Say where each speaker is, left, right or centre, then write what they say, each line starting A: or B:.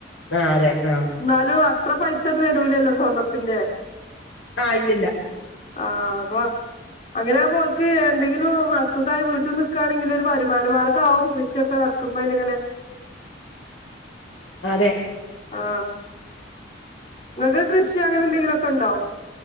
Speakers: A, on the left; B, on the left.
A: ആ അതെ ആഹ്
B: എന്നാലും അത്ര പൈസ വരൂല്ലല്ലോ സ്വർണ്ണത്തിന്റെ
A: ആ ഇല്ലില്ല
B: ആ അപ്പൊ അങ്ങനെയാവുമ്പോ ഓൽക്ക് എന്തെങ്കിലും വസ്തുക്കായി വീട്ടി നിക്കാണെങ്കിലൊരു വരുമാന മാർഗ്ഗാവും കൃഷി ഒക്കെ നടത്തുമ്പോ അതിലിങ്ങനെ
A: അതെ
B: ആ ഇങ്ങക്ക് കൃഷി അങ്ങനെ എന്തെങ്കിലും ഒക്കെ ഉണ്ടോ